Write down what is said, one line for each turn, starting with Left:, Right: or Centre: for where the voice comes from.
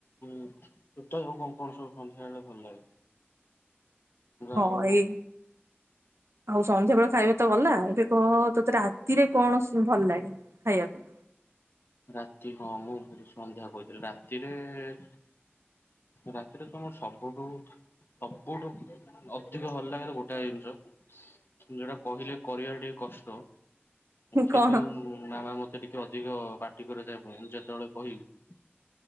Left: ଉ ତୋତେ ଆଉ ସବୁ କଣ କଣ ସବୁ ସନ୍ଧ୍ୟା ବେଳେ ଭଲ ଲାଗେ?
Right: ହଁ
Left: ଆଉ
Right: ଏଇ ଆଉ ସନ୍ଧ୍ୟା ବେଳେ ଖାଇବା ତ ଗଲା ଏବେ କହ ତୋତେ ରାତିରେ କଣ ସ୍ ଭଲ ଲାଗେ ଖାଇବାକୁ?
Left: ରାତି ହଁ ମୁଁ ଭୂଲ ରେ ସନ୍ଧ୍ୟା କହି ଦେଲି ରାତିରେ ଏ ରାତିରେ ତ ମୋର ସବୁଠୁ ସବୁଠୁ ଅଧିକ ଭଲ ଲାଗେ ତ ଗୋଟାଏ ଜିନିଷ ଯୋଉଟା କହିଲେ କରିବାର ଟିକେ କଷ୍ଟ ସେଇଥିପାଇଁ
Right: କଣ?
Left: ଉଁ ମାମା ମତେ ଟିକେଅଧି ଅଧିକ ପାଟି କରାଯାଏ ପୁଣି ମୁଁ ଯେତେବେଳେ କହିବି